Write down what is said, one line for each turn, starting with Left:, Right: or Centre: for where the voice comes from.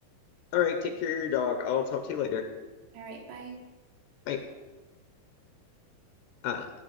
Left: all right. Take care of your dog. I'll talk to you later.
Right: All right, bye.
Left: Bye. Uh,